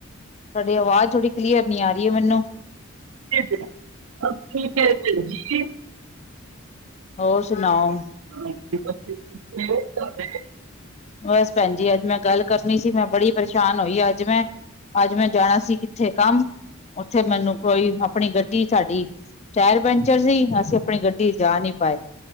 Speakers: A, on the left; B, on the right.
A: ਤੁਹਾਡੀ ਆਵਾਜ਼ ਥੋੜੀ ਕਲੀਅਰ ਨੀ ਆ ਰਹੀ ਏ, ਮੈਨੂੰ।
B: <unintelligible> ਸਭ ਠੀਕ ਹੈ ਜੀ
A: ਹੋਰ ਸੁਣਾਓ।
B: <unintelligible> <unintelligible>
A: ਬਸ ਭੈਣ ਜੀ ਅੱਜ ਮੈਂ ਗੱਲ ਕਰਨੀ ਸੀ, ਮੈਂ ਬੜੀ ਪਰੇਸ਼ਾਨ ਹੋਈ ਅੱਜ ਮੈਂ ਅੱਜ ਮੈਂ ਜਾਣਾ ਸੀ ਕਿੱਥੇ ਕੰਮ, ਉੱਥੇ ਮੈਨੂੰ ਕੋਈ ਆਪਣੀ ਗੱਡੀ ਸਾਡੀ ਟਾਇਰ ਪੈਂਚਰ ਸੀ, ਅਸੀਂ ਆਪਣੀ ਗੱਡੀ ਜਾ ਨਹੀਂ ਪਾਏ,